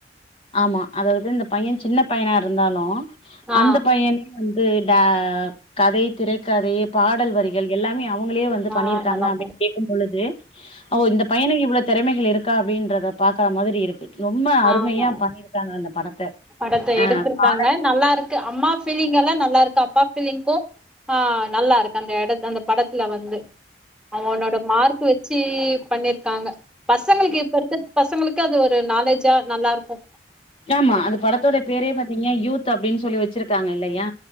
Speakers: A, on the left; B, in the centre.
A: ஆமா அதாவுது இந்த பைய சின்ன பையனா இருந்தாலு
B: ஆ
A: அந்த பையனே வந் து ட கதை திரைக்கதை பாடல் வரிகள் எல்லாமே அவுங் அவுங்களே வந்து
B: ஆ
A: பண்ணிருக்காங்க
B: நல்லா
A: அப்டின்னு
B: பண்ணி
A: கேக்கு பொழுது ஒ இந்த பையனுக்கு இவ்ளோ திறமைகள் இருக்கா அப்டின்றத பாக்குற மாதிரி இருக் கு ரொம்ப அருமையா
B: ஆ ந-
A: பண்ணிருக்காங்க அந்த படத்த
B: படத்த
A: ஆ
B: எடுத்திருக்காங்க
A: பாடல்
B: நல்லா இருக் கு அம்மா பீலிங் எல்லா நல்லா இருக்கு அப்பா பீலிங்கோ ஆ நல்லா இருக்கு அந்த எடத் அந்த படத்துல வந்து அவனோட மார்க் வச்சீ பண்ணிருக்காங்க பசங்களுக்கு இப்ப இருக்க பசங்களுக்கு அது ஒரு நாலேஜா நல்லா இருக்கு
A: யாமா அந்த படத்தோட பேரே பாத்தீங்கா யூத் அப்டின்னு சொல்லி வச்சிருக்காங்க இல்லையா